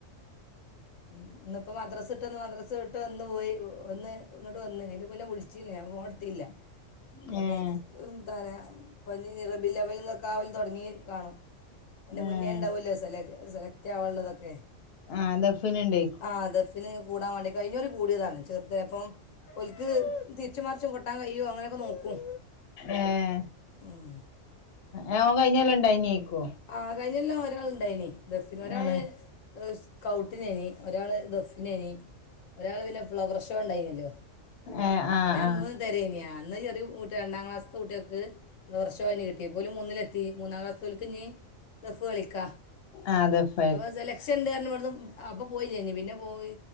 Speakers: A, on the left (about 75°); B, on the left (about 55°).
A: ഇന്ന് ഇപ്പ മദ്രസ്ട്ടന്ന് മദ്രസ് വുട്ട് വന്ന് പോയി ഒന്ന് ഇങ്ങ്ട്ട് വന്ന് അയിന്റെ മുന്നെ വുള്ച്ചീന്നു ഞാ ഫോണെട്ത്തീല
B: <inaudible>
A: ഇന്ന്ട്ട്
B: ഏഹ്
A: ഇന്തെറ ഇപ്പഞി റബിഉൽഅവ്വൽക്കാവല് തൊടങ്ങീ കാണും അയിന്റെ മുന്നേ
B: ഏഹ്
A: ഇണ്ടാവൊലൊ സെല സെലക്ടാവാള്ളതൊക്കെ
B: ആഹ് ദഫിന്ണ്ടെ
A: ആഹ് ദഫിന് കൂടാൻ വേണ്ടി കഴിഞ്ഞുറി കൂടിയതാണ് ചെറ്തല്ലപ്പം ഓല്ക്ക് തിരിച്ചും മർച്ചും കൊട്ടാൻ കയ്യൊ അങ്ങനൊക്കെ നോക്കും
B: ഏഹ്
A: ഉം
B: ഏഹ് കഴ്ഞ്ഞേലണ്ടെയ്നേക്ക്വൊ
A: ആഹ് കഴിഞ്ഞൊല്ലാം ഒരാള് ഇണ്ടയ്ന് ദഫിന് ഒരാള്
B: ഏഹ്
A: സ്കൗട്ടിനേന് ഒരാള് ദഫിനേന് ഒരാള് പിന്നെ ഫ്ലവർ ഷോ ഇണ്ടായ്നല്ലൊ
B: ഏഹ് ആഹ്
A: അങ്ങനെ
B: ആഹ്
A: മൂന്ന് തരേന് അന്ന് ചെറി രണ്ടാം ക്ലാസ്തെ കുട്ടീക്ക് ഫ്ലവർഷോ ഏന് കിട്ടിയെ ഇപ്പോല് മൂന്നിലെത്തി മൂന്നാ ക്ലാസിത്തോൽക്കിഞി ദഫ് കളിക്ക
B: ആഹ് ദഫ്
A: അപ സെലക്ഷൻണ്ട് അർഞ് ഇവിടുന്ന് അപ പോയിലെനി പിന്നെ പോയി